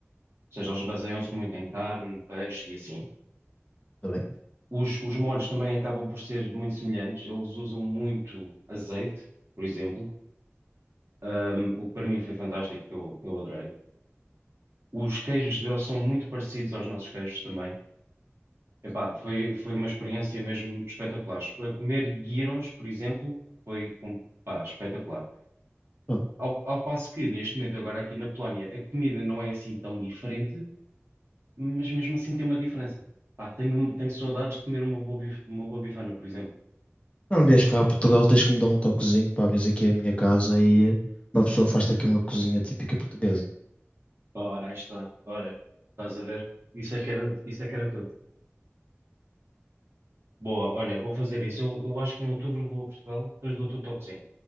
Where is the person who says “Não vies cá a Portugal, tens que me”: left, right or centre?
Left